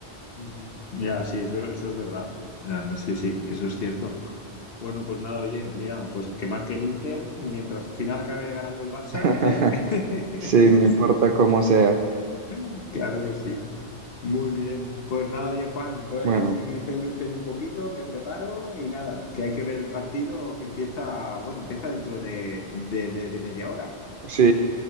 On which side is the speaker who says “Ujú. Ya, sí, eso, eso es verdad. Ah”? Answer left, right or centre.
Left